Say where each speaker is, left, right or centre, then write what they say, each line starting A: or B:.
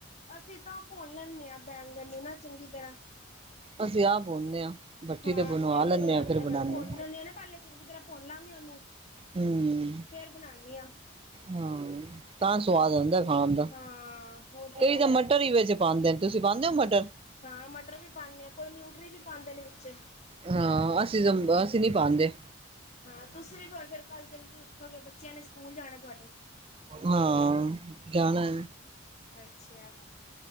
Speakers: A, on the left; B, on the right.
A: ਅਸੀਂ ਤਾਂ ਭੁੰਨ ਲੈਂਨੇ ਹਾਂ ਬੈਂਗਨ ਨੂੰ ਨਾ ਚੰਗੀ ਤਰ੍ਹਾਂ।
B: ਅਸੀਂ ਆਪ ਭੁਨਨੇ ਹਾਂ। ਭੱਠੀ
A: ਹਾਂ
B: ਤੇ ਬਣਵਾ
A: ਫੇਰ
B: ਲੈਂਦੇ
A: ਬਣਾਨੀ
B: ਫਿਰ
A: ਹਾਂ
B: ਬਣਾਉਦੇ
A: ਮੈਂ ਭੁਨ ਲੈਂਨੀ ਹਾਂ ਨਾ ਪਹਿਲੇ ਚੰਗੀ ਤਰ੍ਹਾਂ ਭੁਨ ਲਾਂਗੀ ਉਹਨੂੰ
B: ਹੂੰ।
A: ਫੇਰ ਬਣਾਨੀ ਹਾਂ।
B: ਹਾਂ ਤਾਂ ਸਵਾਦ ਆਉਂਦਾ ਖਾਣ ਦਾ।
A: ਹਾਂ ਉਹ ਤੇ
B: ਕਈ
A: ਹੈ
B: ਤਾਂ ਮਟਰ ਹੀ ਵਿੱਚ ਪਾਉਂਦੇ ਨੇ ਤੁਸੀਂ ਪਾਉਂਦੇ ਹੋ ਮਟਰ
A: ਹਾਂ ਮਟਰ ਵੀ ਪਾਉਂਦੇ ਆ ਕੋਈ ਨਿਊਟਰੀ ਵੀ ਪਾਉਂਦੇ ਨੇ ਵਿੱਚ
B: ਹਾਂ ਅਸੀਂ, ਅਸੀਂ ਨੀ ਪਾਂਦੇ।
A: ਹਾਂ ਤੁਸੀਂ ਵੀ ਫ ਫਿਰ ਕੱਲ ਜਲਦੀ ਉੱਠੋਗੇ ਬੱਚਿਆਂ ਨੇ ਸਕੂਲ ਜਾਣਾ ਤੁਹਾਡੇ
B: ਹਾਂ ਜਾਣੈ।
A: ਅੱਛਾ।